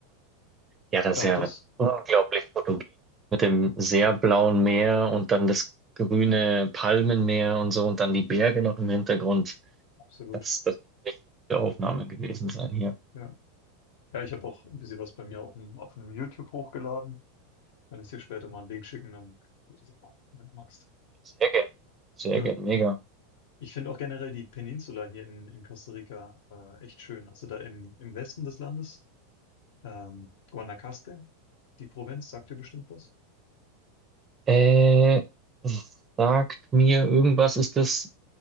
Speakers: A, on the right; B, on the left.
A: ja, das
B: Ja,
A: ist ja
B: das
A: unglaublich fotogen. Mit dem sehr blauen Meer und dann das grüne Palmenmeer und so und dann die Berge noch im Hintergrund.
B: absolut.
A: Das, das muss eine richtige Aufnahme gewesen sein hier.
B: Ja, ja ich habe auch ein bisschen was bei mir auf dem, auf dem YouTube hochgeladen. Kann ich dir später mal einen Link schicken, dann kannst du das auch, wenn du magst.
A: Sehr gern. Sehr
B: <laughs>
A: gern, mega.
B: Ich finde auch generell die Peninsula hier in, in Costa Rica äh, echt schön. Also da im, im Westen des Landes, ähm, Guanacaste, die Provinz, sagt dir bestimmt was.
A: Äh, sagt mir irgendwas, ist das,